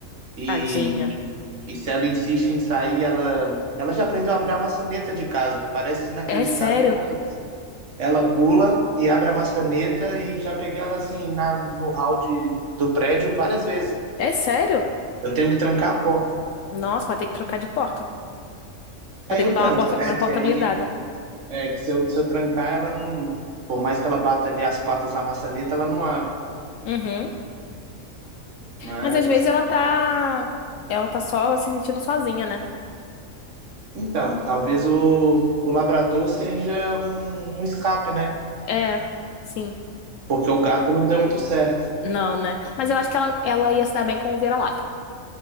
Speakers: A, on the right; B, on the left.
A: E,
B: Tadinha.
A: e se ela insiste em sair, ela, ela já aprendeu a abrir a maçaneta de casa. Parece inacreditável,
B: É sério?
A: mas ela pula e abre a maçaneta e já peguei ela assim na, no hall de, do prédio várias vezes.
B: É sério?
A: Eu tenho que trancar a porta.
B: Nossa, vai ter que trocar de porta. Vai
A: Aí
B: ter
A: eu
B: que botar
A: tranco,
B: uma porta,
A: né?
B: uma
A: Que
B: porta
A: aí
B: blindada.
A: É, que se eu, se eu trancar, ela não. Por mais que ela bata ali as patas na maçaneta, ela não abre.
B: Uhum.
A: Mas.
B: Mas às vezes ela tá. Ela tá só se sentindo sozinha, né?
A: Então, talvez o, o labrador seja um, um escape, né?
B: É, sim.
A: Porque o gato não deu muito certo.
B: Não, né? Mas eu acho que ela, ela ia se dar bem com o vira-lata.